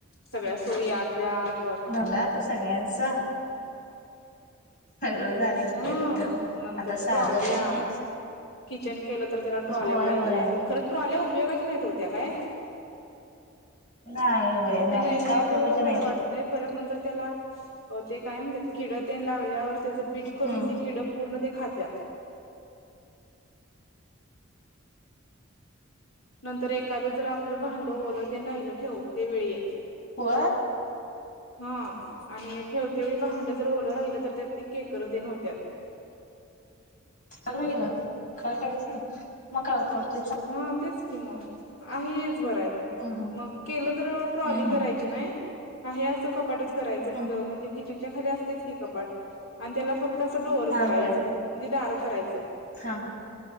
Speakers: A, on the left (about 75°); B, on the left (about 40°).
A: सगळ्या सो्यातल्यात
B: भला आता सगळ्यांच हगळं झा दि
A: हा
B: तिथं
A: नंतर
B: आता साध
A: ट्रॉल्या
B: पण नाही
A: किचन केलं तर त्याला ट्रॉल्या
B: होय
A: पाहिजे
B: होय
A: खरं ट्रॉल्या उपयोगाच्या नाहीत होत्या काय
B: नाही होय नाही
A: ते नवीन
B: काय
A: आहे
B: उपयोगाच
A: तेवढं बरं
B: नाही
A: वाटतंय
B: ते.
A: परत नंतर त्याला हो ते काय म्हणतात किड त्या लागल्यावर त्याचं पीठ करून
B: हम्म
A: ते किड पूर्ण ते खातात नंतर एखादं जर आपलं भांड ओलं ते राहिलं ठेवत ते वेळ येईल
B: हो
A: हा आणि ठेवतेवळी भांडं जर ओलं राहिलं तर त्यात ते केकर येन होत्या
B: सगवीला काय करायचं नाही मग काय उपयबध
A: ह तेच की मग आहेच बरं आहे मग
B: हम्म हम्म.
A: मग केलं तर ट्रॉली
B: हम्म हम्म
A: करायची ना ा हे असं कपाटच करायचंि
B: हम्म
A: म्हणजे किचनच्या खाली असतेच की कपाट आणि त्याला फक्त तसं डोर
B: हा
A: करायचं
B: होय
A: म्हणजे दार करायचं
B: हा ह